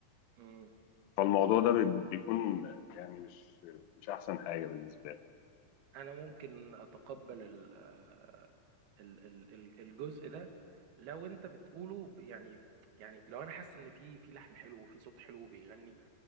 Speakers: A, on the right (about 80°); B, on the left (about 75°).
A: مم.
B: فالموضوع ده بي- بيكون يعني مش مش احسن حاجه بالنسبه لي
A: انا ممكن اتقبل ال آه، ال ال ال- الجزء ده لو انت بتقوله ب- يعني يعني لو انا حاسس ان في في لحن حلو وفي صوت حلو بيغني